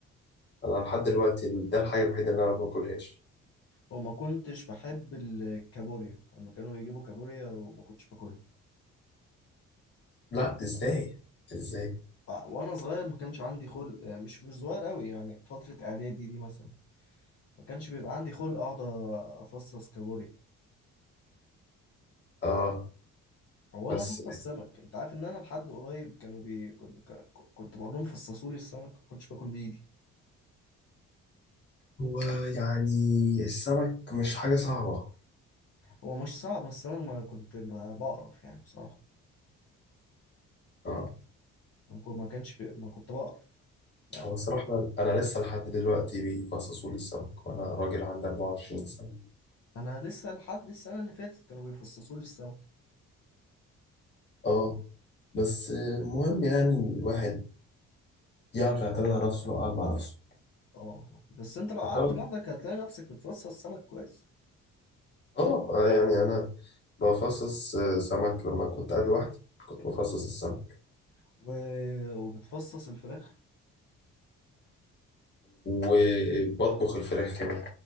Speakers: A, on the left; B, on the left.
A: أنا لحد دلوقتي ده الحاجة الوحيدة اللي أنا ما باكلهاش
B: وما كنتش بحب الكابوريا لما كانوا بيجيبوا كابوريا وما كنتش باكلها
A: لا إزاي إزاي
B: آه، وانا صغير ما كانش عندي خلق آه، مش مش صغير قوي يعني فتره اعدادي دي مثلا ما كانش بيبقى عندي خلق اقعد افصص كابوريا
A: آه
B: ولا
A: بس
B: افصص سمك انت عارف ان انا لحد قريب كانوا بي كنت ك- كنت بقول لهم فصصوا لي السمك ما كنتش باكل بايدي
A: هو يعني السمك مش حاجة صعبة
B: هو مش صعب بس انا ما كنت ب- بقرف يعني بصراحه
A: اه
B: ما كنت- ما كانش بي... ما كنت بقرف لا
A: هو
B: كنت.
A: صراحة أنا لسه لحد دلوقتي بيفصصوا لي السمك وأنا راجل عندي 24 سنة
B: انا لسه لحد السنه اللي فاتت كانوا بيفصصوا لي السمك
A: اه بس المهم يعني الواحد يعرف يعتمد على نفسه لو قعد مع نفسه
B: اه بس انت لو قعدت
A: أقل
B: لوحدك هتلاقي نفسك بتفصص سمك كويس
A: اه يعني انا بفصص سمك لما كنت قاعد لوحدي كنت بفصص السمك
B: و... وبتفصص الفراخ
A: وبطبخ الفراخ كمان